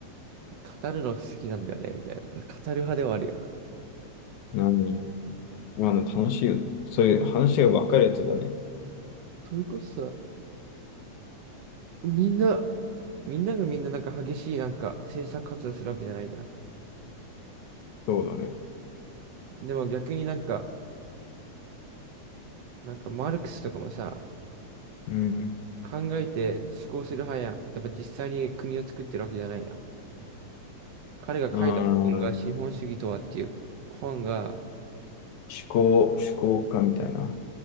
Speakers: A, on the right; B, on the left.
A: 語るのが好きなんだよね、みたいな。語る派ではあるやん。
B: 何まあ、あの楽しいよね。そういう話が分かるやつがね。
A: それこそさ、みんな、みんながみんななんか激しいなんか政策活動するわけじゃないじゃん。
B: そうだね。
A: でも逆になんか、なんかマルクスとかもさ、
B: うん。
A: 考えて思考する派やん。だから実際に国を作ってるわけじゃないやん。彼が書いた本が資本主義とはっていう本が、
B: あー、思考、思考家みたいな。